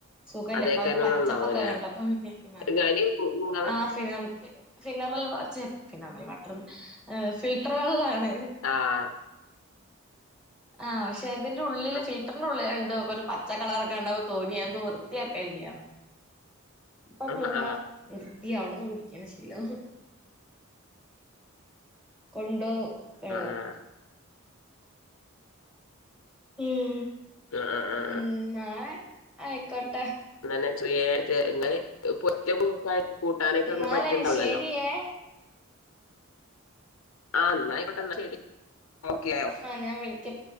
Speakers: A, in the centre; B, on the left.
A: സുഖല്ല്യ
B: അതേക്കാരം
A: ഇപ്പരു പച്ചപ്പൊക്കെ
B: നന്നാവല്ലേ
A: കണ്ടപ്പോ പിന്നെ എനിക്ക് മതിയായി
B: ഞാന് കു- നിങ്ങള്
A: ആഹ് ഫിനറൽ ഛെ ഫിനറൽ വ ഛെ ഫിനറൽ വാട്ട്രന്ന് ഫിൽട്ടർ വള്ളാണ്
B: ആഹ്
A: ആഹ് പക്ഷെ അതിന്റെ ഉള്ളില്
B: ആ
A: ഫിൽട്ടർന്റെ ഉള്ളി ഇണ്ട് ഒരു പ ച്ച കളറ് കണ്ടപ്പൊ തോന്നി അതൊന്നും വൃത്തിയാക്കല്ല്യാന്ന് അപ്പൊ
B: ആ
A: പിന്നെ
B: ആ ആ ആ
A: നിർത്തി ഔട്ന്ന് കുടിക്ക്ണ ശീലം കൊണ്ടോവ് വെള്ളം
B: ആ
A: ഉം
B: ആഹ് ആഹ് ആഹ്
A: ഇന്നാ ആയിക്കോട്ടെ
B: അന്നെ <unintelligible> കൂട്ടാനൊക്കെ
A: എന്നാലേ
B: ഒ പറ്റ്ണ്ടള്ളല്ലോ
A: ശരിയേ
B: ആഹ് ഇന്നായിക്കോട്ടെന്നാ ശരി ഓക്കെ ആയൊ
A: ഞാ വിളിക്കും